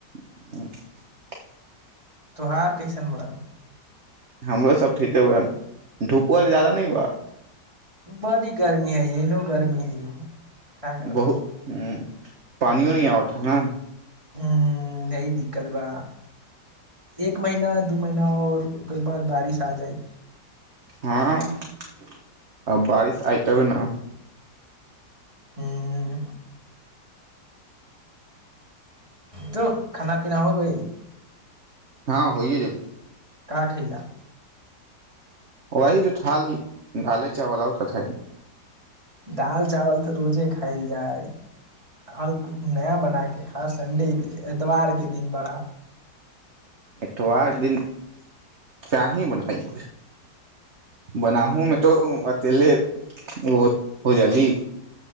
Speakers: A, on the right; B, on the right.
A: <unintelligible>
B: त्योहार कैसन बड़न
A: हमरो सब ठके बरन धूपआ आज जादा नइ बा
B: बाडी गर्मी हइ एनो गर्मी हइ हो का करबा
A: बहुत हू पानियो न आवत हँ नइ
B: हू यही दिक्कत बा एक महीना दू महीना आओर ओकर बाद बारिश आ जाइ
A: हँ आ बारिश आय तबे न
B: हूँ तो खाना पीना हो गइल
A: हँ होइय गेल
B: का खैलअ
A: वही जो ठाली ढाले चाय वला उ तखैन
B: दाल चावल त रोजे खाइल जाइ आर किछ नया बना के खा संडे के एतवार के दिन बड़ा
A: इतवार दिन त का ही बनाइ बनाहुू मे तो अकेले हो जाली